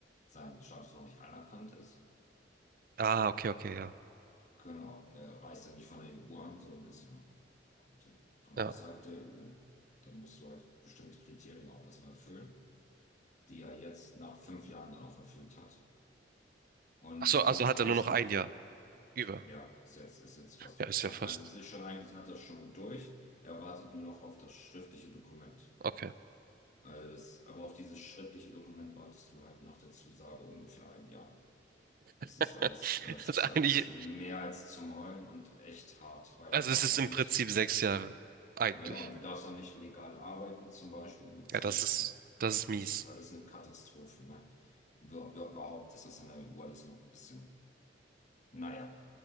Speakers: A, on the left (about 40°); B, on the right (about 50°).
A: sein Status noch nicht anerkannt ist.
B: Ah, okay, okay, ja.
A: Genau, er reist ja nicht von der EU ein, sondern ist ja, kommt ja von
B: Ja.
A: außerhalb der EU. Dann musst du halt bestimmte Kriterien auch erstmal erfüllen, die er jetzt nach fünf Jahren dann auch erfüllt hat. Und
B: Ach so,
A: dann
B: also
A: reist
B: hat er nur noch ein
A: du
B: Jahr über.
A: Ja, ist jetzt, ist jetzt fast
B: Ja,
A: überstanden.
B: ist ja fast.
A: Also es ist schon, eigentlich hat das schon durch. Er wartet nur noch auf das schriftliche Dokument.
B: Okay.
A: Also das, aber auf dieses schriftliche Dokument wartest du halt nach der Zusage ungefähr ein Jahr. Es
B: <laughs>
A: ist alles, äh, es
B: Also
A: ist alles
B: eigentlich,
A: mehr als zum Heulen und echt hart, weil
B: also
A: du darfst
B: es ist
A: auch
B: im
A: nicht,
B: Prinzip sechs Jahre. Eigentlich.
A: ja, und du darfst auch nicht legal arbeiten, zum Beispiel in dem Zeitraum.
B: Ja, das ist, das ist mies.
A: Es ist alles eine Katastrophe, ne? Über- über- Überhaupt ist das in der EU alles noch ein bisschen, naja.